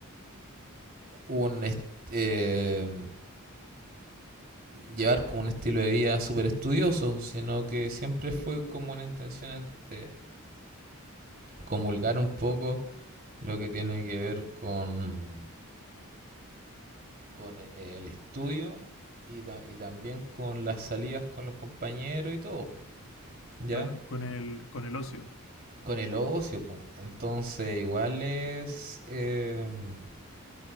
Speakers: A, on the right; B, on the left.
A: un est- eh, llevar como un estilo de vida súper estudioso, sino que siempre fue como una intención en- de comulgar un poco lo que tiene que ver con con eh, el estudio y, ta- y también con las salidas con los compañeros y todo, ¿ya?
B: claro, con el, con el ocio.
A: Con el ocio, po. Entonces, igual es, em,